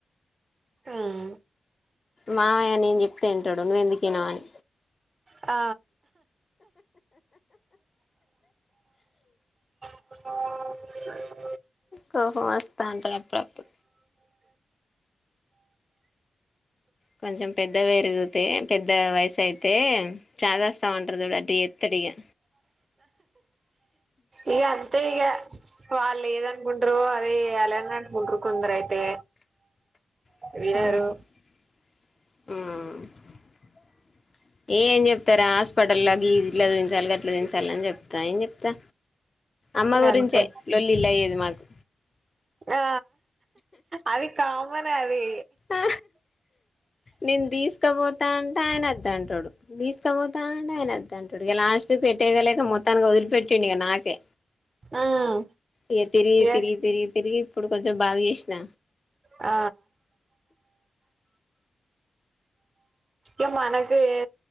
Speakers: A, on the right; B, on the left.
A: ఉమ్
B: మామయ్య నను చెప్తేంటాడు నువ్్వెందుకున్నావని
A: ఆ అంది
B: హో మస్తా అంట అప్పుడు కొంచం పెద్ద పెరుగితే పెద్ద వయసు అయితే జదాస్తా వంట్రద కూడా అది ఎత్తడిగా
A: ఈక అంతే ఈక వాళ్ళ ఏద అన్కుంటు అదే అలంద అన్కుంట్ర కుందరు అయితే
B: ఉమ్ఆ
A: వినరు
B: ఏ ఏం చెప్తారా హాస్పిటల్ల్లోకి ఇట్లా చూించాలి అట్లా చూించాలి అని చెప్తా ఏం చెప్తా అమ్మ
A: గంతే
B: గురించే లొల్లిల్ల అయ్యేది మాకు
A: ఆ అది కామన్ అది
B: ఆ నేను తీసుకపోతా అంటే ఆయన వద్ద అంటాడు తీసుకపోతా అంటే ఆయన వద్దంటాడు ఇక లాస్ట్ పెట్టేయలేక మొత్తానికి వదిలిపెట్టి డి ఇ నాకే
A: ఉమ్
B: ఇక తిరిగి
A: ఏ
B: తిరిగి తిరిగి తిరిగి ఇప్పుడు కొంచెం బాగా చేసిన
A: ఆ ఇ మనకు ఏ